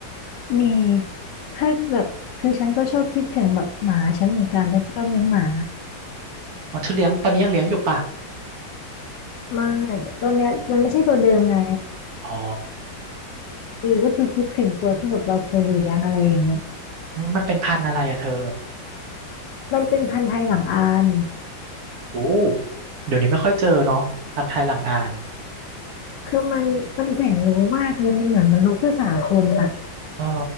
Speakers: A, on the left (about 75°); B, on the right (about 75°).
A: มีถ้าแบบคือฉันก็ชอบคิดถึงแบบหมาฉันเหมือนกันฉันชอบเลี้ยงหมา
B: อ๋อเธอเลี้ยงตอนนี้ยังเลี้ยงอยู่ป่ะ
A: ไม่ ตอนเนี้ยมันไม่ใช่ตัวเดิมไง
B: อ๋อ
A: คือก็คือคิดถึงตัวที่แบบเราเคยเลี้ยงอะไรอย่างเงี้ย
B: เออมันเป็นพันธุ์อะไรอะเธอ
A: มันเป็นพันธุ์ไทยหลังอาน
B: โอ้เดี๋ยวนี้ไม่ค่อยเจอเนาะพันธุ์ไทยหลังอ่าน
A: คือมันมันแสนรู้มากเลย มันเหมือนมันรู้ภาษาคนอ่ะ
B: เออ